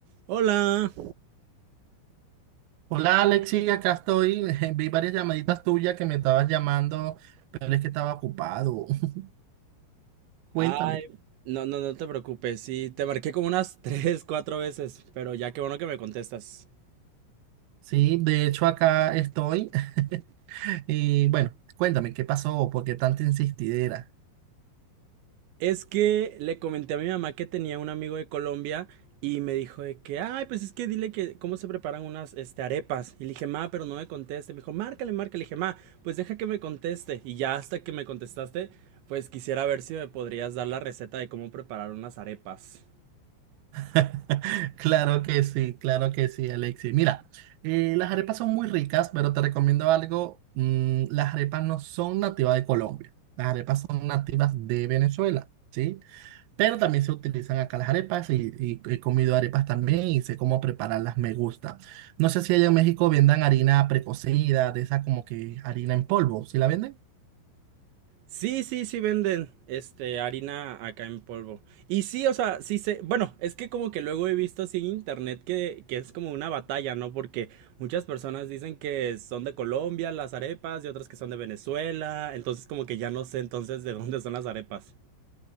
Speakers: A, on the right (about 70°); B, on the right (about 90°).
A: Hola.
B: Hola Alexi, acá estoy. <laughs> Vi varias llamaditas tuyas que me estabas llamando, pero es que estaba ocupado. <laughs> Cuéntame.
A: Ay, no, no, no te preocupes. Sí, te marqué como unas <laughs> tres, cuatro veces, pero ya qué bueno que me contestas.
B: Sí, de hecho acá estoy. <laughs> Y bueno, cuéntame, ¿qué pasó? ¿Por qué tanta insistidera?
A: Es que le comenté a mi mamá que tenía un amigo de Colombia y me dijo de que, ay, pues es que dile que cómo se preparan unas este, arepas. Y le dije, ma, pero no me conteste. Me dijo, márcale, márcale. Le dije, ma, pues deja que me conteste. Y ya hasta que me contestaste, pues quisiera ver si me podrías dar la receta de cómo preparar unas arepas.
B: <laughs> Claro que sí, claro que sí, Alexi. Mira, eh, las arepas son muy ricas, pero te recomiendo algo. mm, las arepas no son nativas de Colombia. Las arepas son nativas de Venezuela, ¿sí? Pero también se utilizan acá las arepas y, y he comido arepas también y sé cómo prepararlas, me gusta. No sé si allá en México vendan harina precocida, de esa como que harina en polvo, ¿sí la venden?
A: Sí, sí, sí venden este harina acá en polvo. Y sí, o sea, sí se, bueno, es que como que luego he visto así en internet que, que es como una batalla, ¿no? Porque muchas personas dicen que son de Colombia las arepas y otras que son de Venezuela, entonces como que ya no sé entonces de dónde son las arepas.